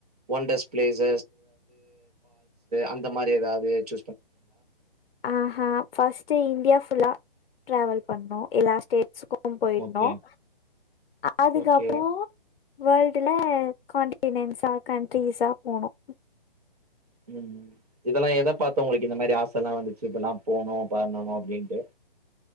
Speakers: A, on the right (about 40°); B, on the left (about 75°).
A: ஒண்டர்ஸ் பிளேஸ் அந்த மாதிரி பால்ஸ்
B: ஆஹ்ஹ பஸ்ட் இந்தியா புல்லா டிராவல் பண்ணோம் எல்லா ஸ்டேட்ஸ்க்கும் போயிருந்தோம்
A: ஓகே
B: அதுக்கப்புறம்
A: ஓகே
B: வேர்ல்டுல காான்டினன்ஸா கண்ட்ரிஸா போகனும்
A: உம் இதெல்லாம் எதை பார்த்து உங்களுக்கு இந்த மாதிரி ஆசை எல்லாம் வந்துச்சு இப்படில்லாம் போகணும் பண்ணணும் அப்படின்ட்டு